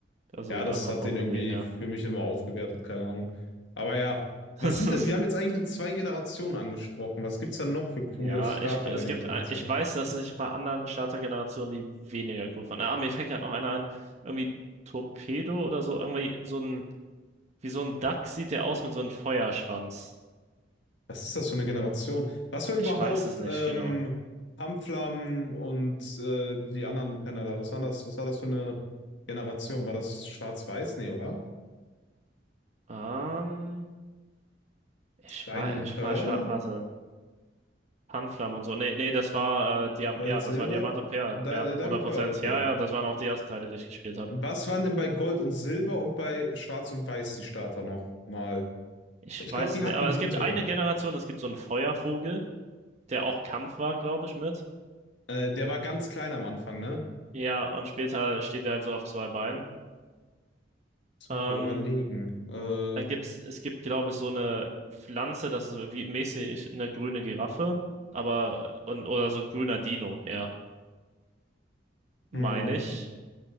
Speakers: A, on the right (about 40°); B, on the left (about 70°).
A: Also
B: Ja, das
A: einfach
B: hat
A: vom
B: den irgendwie
A: Sehen her.
B: für mich immer aufgewertet, keine Ahnung. Aber ja,
A: <laughs>
B: was sind denn, wir haben jetzt eigentlich nur zwei Generationen angesprochen. Was gibt's denn noch für coole
A: Ja,
B: Starter
A: ich, es
B: bei den
A: gibt,
B: Generationen?
A: ich weiß, dass sich bei anderen Startergenerationen die weniger cool fanden. Ah, mir fällt gerade noch einer ein. Irgendwie Torpedo oder so. Irgendwie so ein, wie so ein Duck sieht der aus mit so einem Feuerschwanz.
B: Was ist das für eine Generation? Was war
A: Ich
B: überhaupt
A: weiß es nicht
B: ähm,
A: genau.
B: Tamflam und äh, die anderen Penner da? Was war das, was war das für eine Generation? War das Schwarz-Weiß? Nee, oder?
A: Ähm, ich
B: Diamond
A: weiß, ich
B: Pearl?
A: war, ich war, warte. Panflam und so. Nee, nee, das war, äh, Diam
B: Gold,
A: ja,
B: Silber?
A: das war Diamant und Perl.
B: Di äh,
A: Ja,
B: Diamond
A: 100%.
B: Pearl, okay.
A: Ja, ja, das waren auch die ersten Teile, die ich gespielt habe.
B: Was waren denn bei Gold und Silber und bei Schwarz und Weiß die Starter noch mal?
A: Ich
B: Ich
A: weiß
B: glaube, die
A: es nicht.
B: hatten
A: Aber
B: gute.
A: es gibt eine Generation, es gibt so einen Feuervogel, der auch Kampf war, glaube ich, mit.
B: Äh, der war ganz klein am Anfang, ne?
A: Ja, und später steht er halt so auf zwei Beinen.
B: Muss
A: Ähm,
B: noch mal überlegen. Äh,
A: dann gibt's, es gibt, glaube ich, so eine Pflanze, das ist wie mäßig eine grüne Giraffe, aber, und, oder so ein grüner Dino, ja, meine
B: hm.
A: ich.